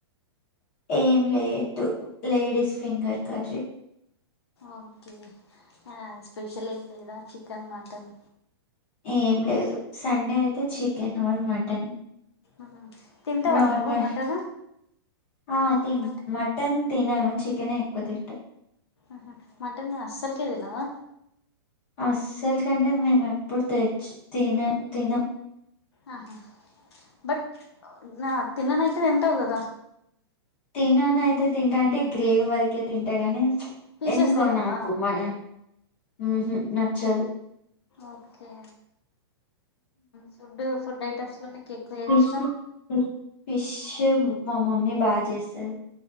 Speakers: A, on the left (about 25°); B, on the left (about 70°).
A: ఏం లేదు లేడీస్ ఫింగర్ కర్రీ
B: ఓకే ఆ స్పెషల్ ఏం లేదా చికెన్ మటన్
A: ఏం లేదు సండే అయితే చికెన్ ఆర్ మటన్
B: ఆహా తింటావా
A: నార్మల్
B: నువ్వు మటన్
A: అ తిన్
B: మట్
A: మటన్ తినను చికెనే ఎక్కువ తింట
B: ఆహా మటన్ అస్సల్కే తినవా
A: అస్సలు కంటే మేము ఎప్పుడు తెచ్చి తిన తినం
B: ఆహా బట్ నా తిన్ననైతే తింటావ్ కదా
A: తినను అయితే తింటా అంటే గ్రేవీ వరకే తింటా గాని
B: పీసెస్
A: ఎందుకో
B: తినవా
A: నాకు మ మ్ హు నచ్చదు
B: ఓకే ఫుడ్ ఫుడ్ ఐటమ్స్ లో నీకు ఎక్కువ ఏది
A: ఫిష్
B: ఇష్టం
A: ఫిష్ ఫిష్ మా మమ్మీ బా చేస్తాది